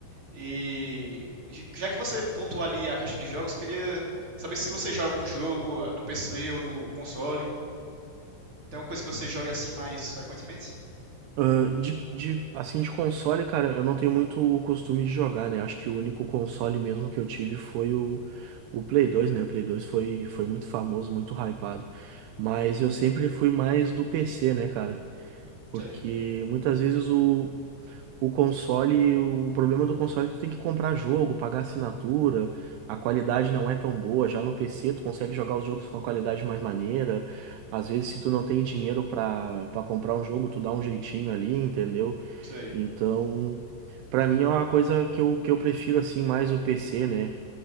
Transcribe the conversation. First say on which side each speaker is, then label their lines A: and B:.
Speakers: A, on the right (about 30°); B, on the right (about 75°).
A: E já que você pontuou ali a questão de jogos, queria saber se você joga um jogo ah, no PC ou no console. Tem uma coisa que você joga assim mais frequentemente?
B: Ah, de, de, assim, de console, cara, eu não tenho muito o costume de jogar, né? Acho que o único console mesmo que eu tive foi o, o Play 2, né? O Play 2 foi, foi muito famoso, muito hypado. Mas eu sempre fui mais do PC, né, cara? Porque
A: Sei,
B: muitas vezes o, o console, o problema do console é que tu tem que comprar jogo, pagar assinatura, a qualidade não é tão boa. Já no PC tu consegue jogar os jogos com a qualidade mais maneira. Às vezes se tu não tem dinheiro pra para comprar um jogo, tu dá um jeitinho ali, entendeu?
A: sei.
B: Então, pra mim é uma coisa que eu, que eu prefiro assim mais o PC, né?